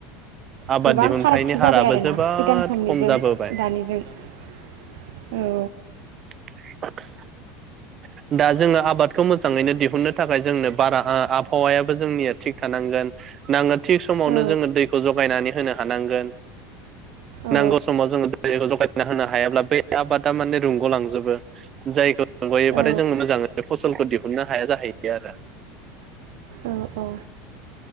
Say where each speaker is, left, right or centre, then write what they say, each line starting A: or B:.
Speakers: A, on the right; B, on the right.
A: आबाद
B: गोबां
A: दिहुनथाइनि
B: फारागथि
A: हाराबो
B: जाबाय आरोना
A: जोबोद
B: सिगां समनिजों
A: खम जाबोबाय
B: दानिजों औ।
A: <inaudible> दाज जोङो आबादखौ मोजाङैनो दिहुननो थाखाय जोंनो। बारा आ-आबहावायाबो जोंनिया थिग थानांगोन नाङो। थिग समावनो
B: औ
A: जोङो दैखौ जगायनानै होनो। हानांगोन।
B: औ
A: नांगौ समाव जोङो दैखौ जगायना होनो हायाब्ला। बे आबादा माने रुंगलांजोबो जायखौ। <unintelligible> बाथाय
B: औ
A: जोङो मोजाङै फसलखौ दिहुननो हाया जाहैयो आरो।
B: औ औ।